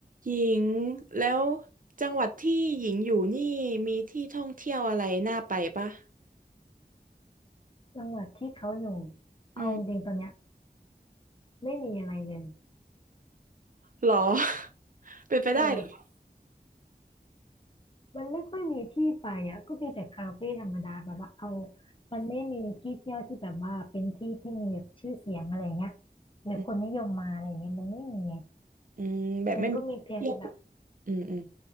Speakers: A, on the right; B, on the left.
A: หญิงแล้วจังหวัดที่หญิงอยู่นี่มีที่ท่องเที่ยวอะไรน่าไปปะ
B: จังหวัดที่เขาอยู่
A: อืม
B: เอาจริงๆตอนเนี้ยไม่มีอะไรเลย
A: หรอ <laughs> เป็นไปได้เหรอ
B: เออมันไม่ค่อยมีที่ไปอ่ะก็มีแต่คาเฟ่ธรรมดาแบบว่าเอามันไม่มีที่เที่ยวที่แบบว่าเป็นที่ที่มีแบบชื่อเสียงอะไรเงี้ยหรือคนนิยมมาอะไรเงี้ยมันไม่มีไง
A: อืมอืมแบบไม่มีเที่ยว
B: มันก็มีเพียงแต่แบบ
A: อืมอืม